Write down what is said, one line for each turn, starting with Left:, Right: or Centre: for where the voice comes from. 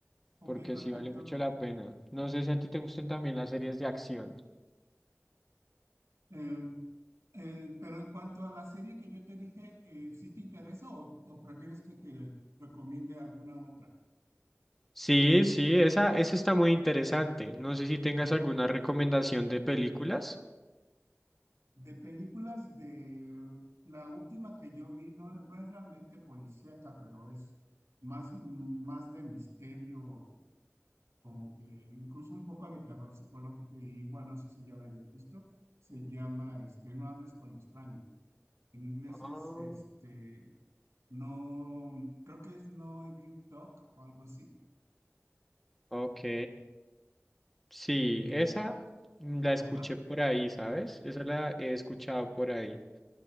Right: ok,
Centre: porque
Right: perfecto.
Centre: sí vale mucho la pena. No sé si a ti te gusten también las series de acción.
Right: Em, el- pero en cuanto a la serie que yo te dije, eh, ¿sí te interesa o, o prefieres que te recomiende alguna otra?
Centre: Sí, sí, esa, esa está muy interesante. No sé si tengas
Right: ¿Mm?
Centre: alguna recomendación de películas.
Right: De películas de la última que yo vi, no, no es realmente policíaca, pero es más, más de misterio, como que incluso un poco de terror psicológico, y igual no sé si ya la hayas visto, se llama este, No hables con extraños. En inglés
Centre: Ah,
Right: es este, No, creo que es No Evil Talk o algo así.
Centre: Ok, sí,
Right: Eh,
Centre: esa la escuché
Right: ajá,
Centre: por ahí, ¿sabes? Esa la he escuchado por ahí.